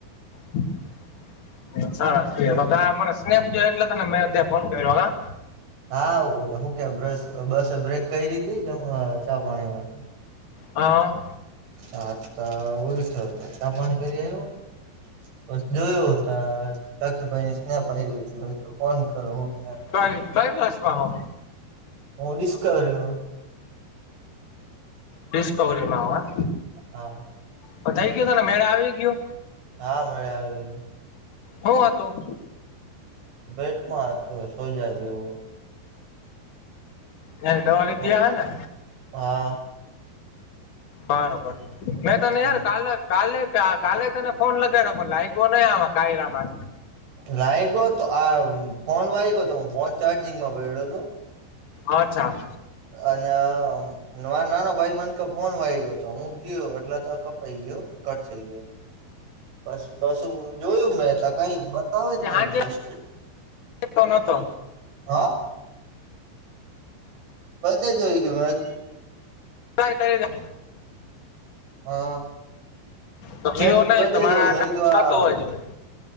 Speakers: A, on the left (about 50°); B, on the right (about 80°).
A: હમ <unintelligible> સરસ મને સ્નેપ જો એટલે તને મે ત્યા ફોન કર્યો હા.
B: હા બોલે હું કે બસ બસ બ્રેક કેરીતી ચા પાણીમાં.
A: હા.
B: હા તો ઉઠ પેશાબ પાણી કરી આવ્યો. બ જોયું ત ચાકરી ભાઈને સ્નેપાઈ હતી. ફોન કરો હું ક
A: કઈ કઈ બસમાં હો
B: હું ડિસ્કવરી હો.
A: ડિસ્કવરી માં હોય.
B: હા.
A: પતાય ગયો તને મેળે આવી ગયો.
B: હા મેળ આવી.
A: હું હતું.
B: પેટમાં હતું સોજા જેવું.
A: તમે દવા લીધે
B: ઓ
A: હે ને.
B: હા.
A: બરોબર. મેં તને
B: હમ
A: યાર કાલે કાલે જ તે આ કાલે તને ફોન લગાયડો પણ લાયગો નહી આવા કાયરામાં.
B: લાઈ ગયો તો આ ફોન વાય ગયો હતો હું ફોન ચાર્જિંગમાં પડ્યો હતો.
A: આચ્છા.
B: અને મા નાનો ભાઈ મન કે ફોન વાઈ ગયો હતો મૂક ગયો એટલે તો. પઈ ગયો કટ થઈ ગયો બસ બસું જોયું મેં ત કઈ. તવે જ નહી
A: હાજે
B: <inaudible>
A: તો નતો
B: હા પછે જોઈ ગયો <inaudible>
A: તોય કયરો.
B: હા
A: તો
B: મેં
A: થયો નહીં
B: બધે
A: તો મારા
B: જોયું મેં
A: થતું
B: કીધું આ
A: હજી